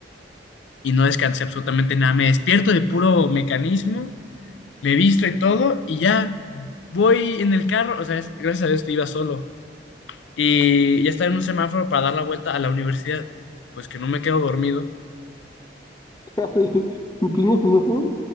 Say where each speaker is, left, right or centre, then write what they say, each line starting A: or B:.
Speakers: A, on the left (about 80°); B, on the left (about 20°).
A: y no descansé absolutamente nada. Me despierto de puro mecanismo, me visto y todo y ya voy en el carro, o sea, es- gracias a Dios te iba solo y ya estaba en un semáforo para dar la vuelta a la universidad, pues que no me quedo dormido
B: Dale. ¿Inclino semáforo?